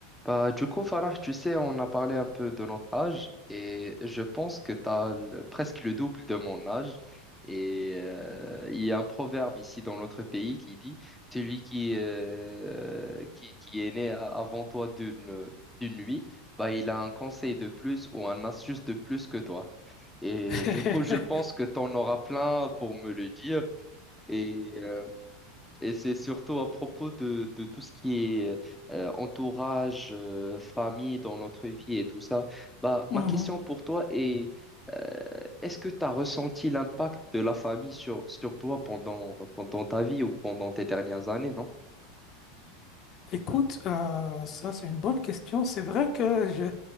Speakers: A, in the centre; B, on the left.
A: Bah, du coup, Farah, tu sais, on a parlé un peu de notre âge et je pense que tu as presque le double de mon âge. Et euh, il y a un proverbe ici dans notre pays qui dit, celui qui, euh, qui, qui est né a- avant toi d'une d'une nuit, bah, il a un conseil de plus ou un astuce de plus que toi. Et
B: <laughs>
A: du coup, je pense que tu en auras plein pour me le dire. Et euh, et c'est surtout à propos de, de tout ce qui est euh, entourage, euh, famille dans notre vie et tout ça. Bah,
B: Mhm.
A: ma question pour toi est, euh, est-ce que tu as ressenti l'impact de la famille sur, sur toi pendant, pendant ta vie ou pendant tes dernières années, non?
B: Écoute, euh, ça c'est une bonne question. C'est vrai que je